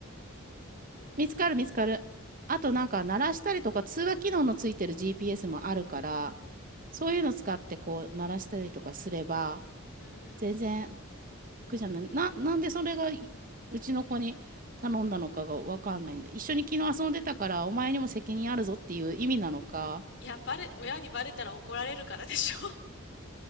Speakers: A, on the left (about 55°); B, on the right (about 40°).
A: うん。
B: 見つかる見つかる。あとなんか鳴らしたりとか通話機能のついてる GPS もあるから、そういうの使ってこう鳴らしたりとかすれば、
A: うん。
B: 全然苦じゃない。な、なんでそれがいうちの子に頼んだのかがわかんないんで、一緒に昨日遊んでたからお前にも責任あるぞっていう意味なのか、
A: いや、バレ、親にバレたら怒られるからでしょ